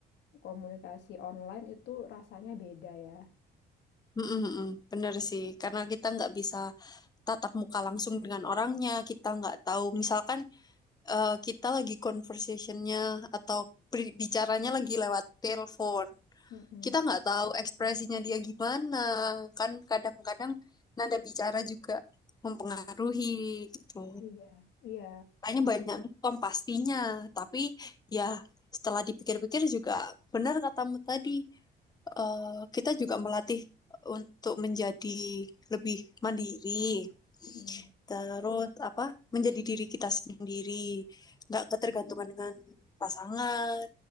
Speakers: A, on the left (about 75°); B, on the left (about 20°).
A: komunikasi online itu rasanya beda ya.
B: Mm-mm. Bener sih, karena kita nggak bisa tatap muka langsung dengan orangnya, kita nggak tahu. Misalkan eh, kita lagi conversationnya atau pri- bicaranya lagi lewat telepon.
A: Mm-mm.
B: Kita nggak tahu ekspresinya dia gimana, kan kadang-kadang nada bicara juga mempengaruhi gitu.
A: Iya, iya,
B: Kayaknya banyak mikom pastinya, tapi ya setelah dipikir-pikir juga benar katamu tadi, eh, kita juga melatih untuk menjadi lebih mandiri
A: Mm-mm.
B: terus apa menjadi diri kita sendiri nggak ketergantungan dengan pasangan